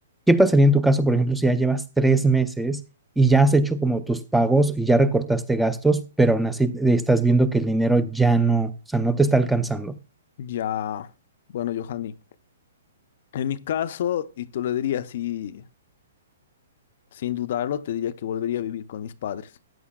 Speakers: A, in the centre; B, on the left (about 55°).
A: ¿qué pasaría en tu caso, por ejemplo, si ya llevas tres meses y ya has hecho como tus pagos y ya recortaste gastos, pero aún así estás viendo que el dinero ya no, o sea, no te está alcanzando?
B: Ya, bueno, Johanny, en mi caso, y tú lo dirías, sí. Sin dudarlo, te diría que volvería a vivir con mis padres.